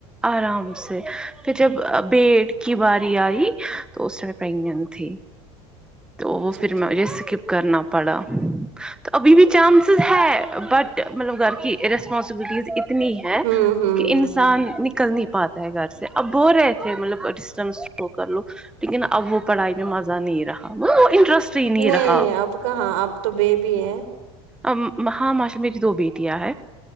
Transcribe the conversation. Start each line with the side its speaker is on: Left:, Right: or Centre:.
Centre: آرام سے پھر جب بیڈ کی باری آئی تو اسٹ پریگنٹ تھی تو وہ
Right: اچھا
Centre: پھر
Right: ٹھیک
Centre: میں مجھے
Right: ہے
Centre: اسکپ کرنا پڑا تو ابھی بھی چانسیز ہے بٹ ملب گر کی ریسپانسبلٹیز اتنی ہے
Right: ہوں ہوں ہوں
Centre: کہ ان
Right: ہوں
Centre: سن نکل نہیں پاتا ہے گھر سے اب بولرہے تھے مطلب ڈسٹینس ش <unintelligible> رو کر لوگ لیکن اب وہ پڑھائی میں مزہ نہیں رہا وہ انٹرسٹ ہی
Right: نہیں
Centre: رہا
Right: آپ کہاں آپ تو بے بی ہے
Centre: ا ماں ماشا میری دو بیٹیاں ہے